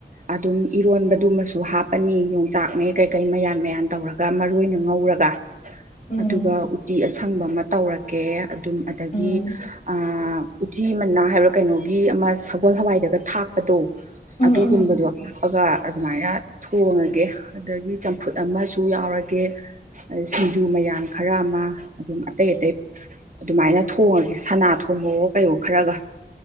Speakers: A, on the right (about 45°); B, on the left (about 45°).
A: ꯑꯗꯨꯝ ꯏꯔꯣꯟꯕꯗꯨꯃꯁꯨ ꯍꯥꯞꯄꯅꯤ ꯌꯣꯡꯆꯥꯛꯅꯦ ꯀꯩꯀꯩ ꯃꯌꯥꯟ ꯃꯌꯥꯟ ꯇꯧꯔꯒ ꯃꯔꯣꯏꯅ ꯉꯧꯔꯒ
B: ꯎꯝ
A: ꯑꯗꯨꯒ ꯎꯇꯤ ꯑ <unintelligible> ꯑꯁꯪꯕ ꯑꯃ ꯇꯧꯔꯒꯦ ꯑꯗꯨꯝ ꯑꯗꯒꯤ
B: ꯎꯝ
A: ꯑꯥ ꯎꯆꯤ ꯃꯅꯥ ꯍꯥꯏꯕ꯭ꯔꯥ ꯀꯩꯅꯣꯒꯤ ꯑꯃ ꯁꯒꯣꯜ ꯍꯋꯥꯏꯗꯒ ꯊꯥꯛꯄꯗꯣ
B: ꯎꯝ
A: ꯑꯗꯨꯒꯨꯝꯕꯗꯣ
B: ꯎꯝ
A: ꯊꯣꯛꯑꯒ ꯑꯗꯨꯃꯥꯏꯅ ꯊꯣꯡꯉꯒꯦ ꯑꯗꯨꯗꯒꯤ ꯆꯝꯐꯨꯠ ꯑꯃꯁꯨ ꯌꯥꯎꯔꯒꯦ ꯁꯤꯡꯖꯨ ꯃꯌꯥꯟ ꯈꯔ ꯑꯃ ꯑꯗꯨꯝ ꯑꯇꯩ ꯑꯇꯩ ꯑꯗꯨꯃꯥꯏꯅ ꯊꯣꯡꯉꯒꯦ ꯁꯅꯥ <unintelligible> <unintelligible> ꯀꯩꯍꯣ ꯈꯔꯒ